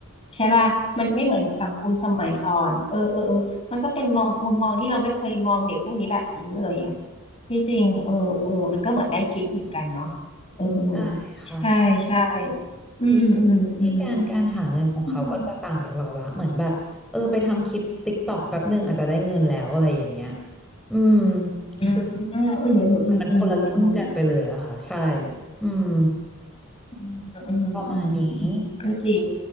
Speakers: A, on the left; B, in the centre.
A: ใช่ป่ะมันไม่เหมือนสังคมสมัยก่อนเออเออเออมันก็เป็นมองมุมมองที่เราไม่เคยมองเด็กพวกนี้แบบนี้เลยอ่ะที่จริงเออเออมันก็เหมือนได้คิดเหมือนกันเนาะเออ
B: ใช่ค่ะ
A: ใช่ ใช่ อืมอืมอืม
B: วิธีการการหาเงินของเขาก็จะต่างจากเราละเหมือนแบบเออไปทำคลิปติ๊กตอกแป๊บหนึ่งอาจจะได้เงินแล้วอะไรอย่างเงี้ย
A: อืม
B: อืม
A: อืมอืม
B: คือ
A: อืมอืมอืม
B: มันคนละรุ่นกันไปเลยอะค่ะใช่ อืม
A: อืมอืมอืมอืมก็จริง
B: ประมาณนี้